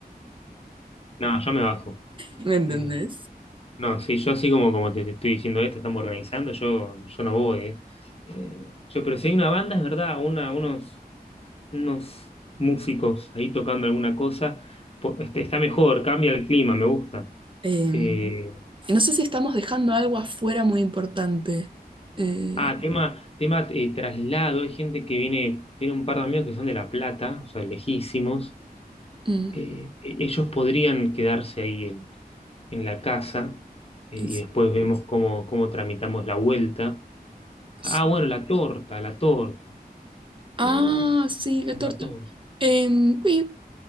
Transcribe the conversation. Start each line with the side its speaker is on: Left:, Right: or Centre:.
Left: no, yo me bajo.
Right: ¿me entendés?
Left: Eh, no, sí, yo así como, como te, te estoy diciendo esto, estamos organizando, yo, yo no voy, ¿eh? Eh, yo, pero si hay una banda, es verdad, una, unos, unos músicos ahí tocando alguna cosa, po- este, está mejor, cambia el clima, me gusta.
Right: Eh,
Left: Eh,
Right: y no sé si estamos dejando algo afuera muy importante. Eh,
Left: Ah, tema, tema eh, traslado. Hay gente que viene, tiene un par de amigos que son de La Plata, o sea, lejísimos.
Right: mm,
Left: Eh, e- ellos podrían quedarse ahí en, en la casa eh,
Right: y
Left: y
Right: s-
Left: después vemos cómo, cómo tramitamos la vuelta. Ah,
Right: sí.
Left: bueno, la torta, la torta.
Right: Ah,
Left: Eh,
Right: sí, la
Left: tema
Right: torta.
Left: torta.
Right: Em, uy,